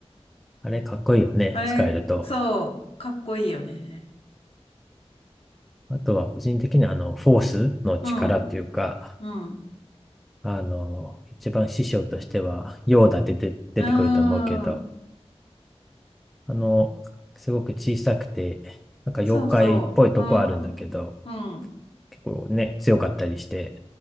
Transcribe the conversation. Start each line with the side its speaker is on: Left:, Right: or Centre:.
Centre: あれかっこいいよね、
Left: あれ、
Centre: 使えると。
Left: そう、かっこいいよね。
Centre: あとは個人的にあの、フォースの力っていうか、
Left: うん、うん、
Centre: あの、一番師匠としては、ヨーダって出て出てくると思うけど、
Left: うーん、
Centre: あの、すごく小さくて、なんか妖怪っぽいとこあるんだけど、
Left: そうそう、うん、うん、
Centre: 結構ね、強かったりして、